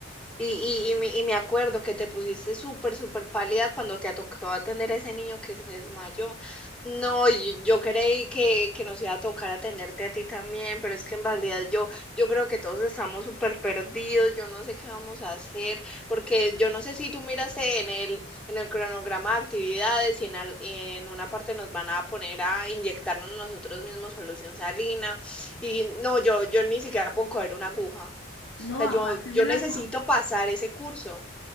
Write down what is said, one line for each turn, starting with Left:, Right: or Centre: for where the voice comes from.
Centre: Y, y, y, me y me acuerdo que te pusiste súper, súper pálida cuando te tocó atender a ese niño que se desmayó. No, y yo, creí que, que nos iba a tocar atenderte a ti también, pero es que en realidad yo, yo creo que todos estamos súper perdidos, yo no sé qué vamos a hacer, porque yo no sé si tú miraste en el, en el cronograma de actividades y en, al- y en una parte nos van a poner a inyectarnos nosotros mismos solución salina. Y no, yo, yo ni siquiera puedo coger una aguja o
Left: No,
Centre: sea, yo,
Left: aparte
Centre: yo
Left: de las
Centre: necesito pasar ese curso